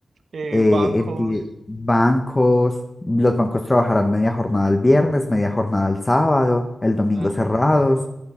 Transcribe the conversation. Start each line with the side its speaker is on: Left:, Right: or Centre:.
Right: eh,
Left: eh,
Right: bancos,
Left: enti- bancos, los bancos trabajarán media jornada el viernes, media jornada el sábado, el domingo
Right: ah,
Left: cerrados.